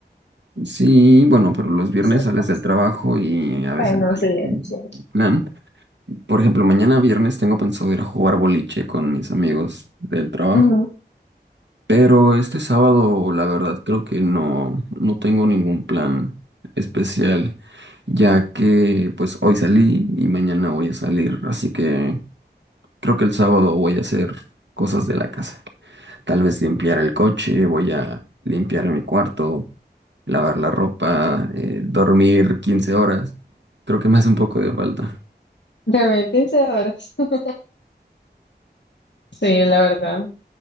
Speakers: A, on the right; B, on the left.
A: Sí, bueno, pero los viernes
B: Es
A: sales del trabajo y a veces
B: Bueno,
A: no hay
B: sí,
A: un
B: es cierto.
A: plan. Por ejemplo, mañana viernes tengo pensado ir a jugar boliche con mis amigos del trabajo.
B: Ujú.
A: Pero este sábado, la verdad, creo que no, no tengo ningún plan especial, ya que pues hoy salí y mañana voy a salir, así que Creo que el sábado voy a hacer cosas de la casa. Tal vez limpiar el coche, voy a limpiar mi cuarto, lavar la ropa, eh, dormir 15 horas. Creo que me hace un poco de falta.
B: Dormir quince horas. <laughs> Sí, la verdad.